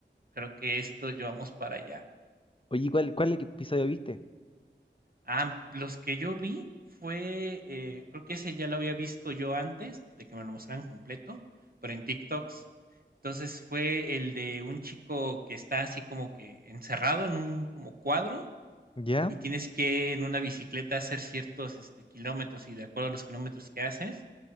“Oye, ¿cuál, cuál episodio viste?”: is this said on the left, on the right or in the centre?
Left